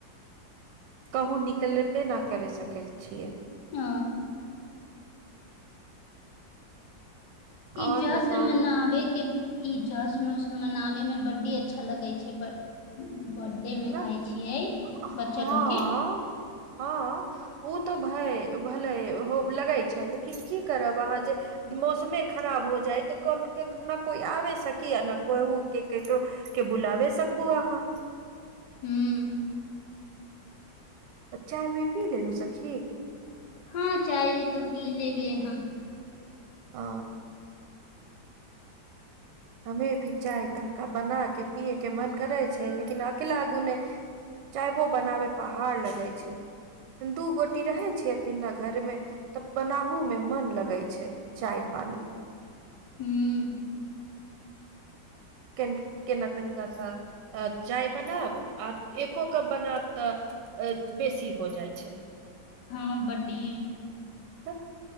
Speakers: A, on the right; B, on the left.
A: कहूँ निकलबे नहि करि सकै छियै।
B: ओ इ
A: आओर
B: जस
A: बताउ
B: मनाबे के ई जश्न उश्न मनावेमें बड्डे अच्छा लगै छैय बड। बर्थडे में
A: न
B: कहै छियै
A: हँ
B: बच्चा लोग के
A: हँ ओ तऽ भय भले हो लगै छैय लेकिन की करब अहाँ जे मौसमे खराब हो जाय तऽ को नहि कोइ आबे सकी आ ने कहँ के ककरो के बुलावे सकबू आहाँ।
B: हू
A: चाय वीय पी लेलू सखी
B: हँ चाय वीय त पी लेलियै हम
A: आ हमे भी चाय तनिका बना के पियए के मन करै छै लेकिन अकला गुणे चायबो बनाबे पहाड़ लगय छै दू गोटी रहै छेयथि न त घरमे तब बनाहु मे मन लगै छै चाय पानी
B: हूँ
A: केन केना तनकासा अ चाय बनाब आ एको कप बनाब तऽ बेसी हो जाइ छै
B: हँ ब्डी
A: तऽ